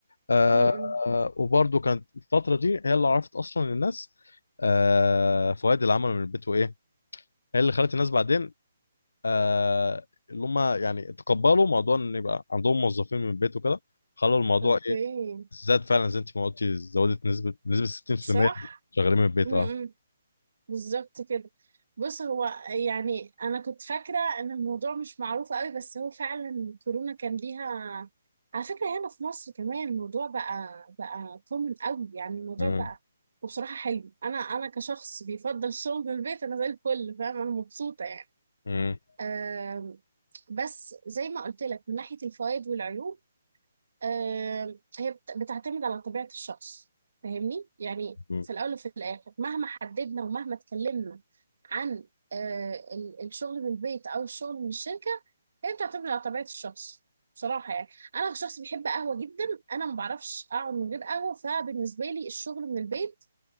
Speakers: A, on the left (about 75°); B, on the right (about 50°).
A: آه
B: م- م.
A: وبرده كانت الفتره دي هي اللي عرفت اصلا الناس آه فوائد العمل من البيت وايه هي اللي خلت الناس بعدين آه اللي هم يعني تقبلوا موضوع ان يبقى عندهم موظفين من البيت وكده خلوا الموضوع
B: اوكي
A: ايه زاد فعلا زي انت ما قلتي زودت نسبة بنسبة 60%
B: صح
A: شغالين من البيت
B: م-
A: اه
B: م. بالظبط كده بص هو يعني انا كنت فاكره ان الموضوع مش معروف قوي بس هو فعلا كورونا كان ليها على فكره هنا في مصر كمان الموضوع بقى بقى كومن قوي يعني الموضوع
A: مم.
B: بقى وبصراحه حلو انا انا كشخص بيفضل الشغل من البيت انا زي الفل فاهم انا مبسوطه يعني
A: مم.
B: أم، بس زي ما قلت لك من ناحيه الفوائد والعيوب آه، هي بت- بتعتمد على طبيعة الشخص فاهمني يعني
A: مم.
B: في الأول وفي الآخر مهما حددنا ومهما اتكلمنا عن آه، ال- الشغل من البيت أو الشغل من الشركة هي بتعتمد على طبيعة الشخص بصراحة يعني أنا شخص بيحب قهوة جدا أنا ما بعرفش أقعد من غير قهوة فبالنسبة لي الشغل من البيت